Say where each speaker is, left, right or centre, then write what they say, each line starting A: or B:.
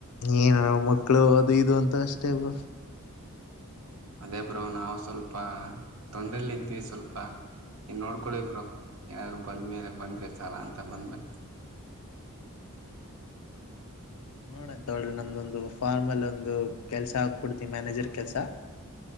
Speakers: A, on the left (about 75°); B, on the right (about 65°).
A: ಏನ ಮಕ್ಕಳು ಅದು ಇದು ಅಂತ ಅಷ್ಟೇ ಬ್ರೋ.
B: ಅದೇ ಬ್ರೋ ನಾವು ಸ್ವಲ್ಪ ತೊಂದ್ರೆಯಲ್ಲಿ ಇದ್ವಿ ಸ್ವಲ್ಪ ಇನ್ ನೋಡ್ಕೊಳ್ಳಿ ಬ್ರೋ ಏನಾದ್ರು ಬಂದ್ಮೇಲೆ ಬಂದ್ರೆ ಸಾಲ ಅಂತ ಬಂದ್ಮೇಲೆ.
A: ನೋಡಣ. ಲ್ರಿ ನಮ್ದ ಒಂದು ಫಾರ್ಮಲ್ಲ ಒಂದು ಕೆಲ್ಸ ಹಾಕಬಿಡ್ತೀನಿ ಮ್ಯಾನೇಜರ್ ಕೆಲ್ಸ